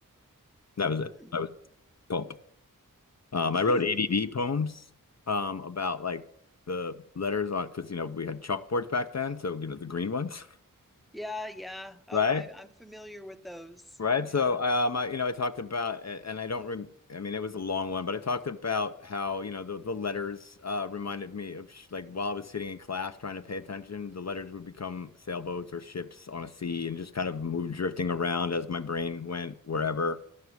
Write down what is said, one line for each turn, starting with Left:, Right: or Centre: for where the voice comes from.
Left: That was it.
Centre: hmm.
Left: That was pulp. Um,
Centre: <laughs>
Left: I wrote ADD poems um, about like the letters on because you know we had chalkboards back then, so you know the green ones. <laughs>
Centre: yeah yeah oh
Left: Right?
Centre: I, I'm familiar with those
Left: Right.
Centre: yeah
Left: So, um, I, you know, I talked about, a- and I don't rem I mean, it was a long one, but I talked about how, you know, the, the letters uh, reminded me of sh like while I was sitting in class trying to pay attention, the letters would become sailboats or ships on a sea and just kind of move drifting around as my brain went wherever.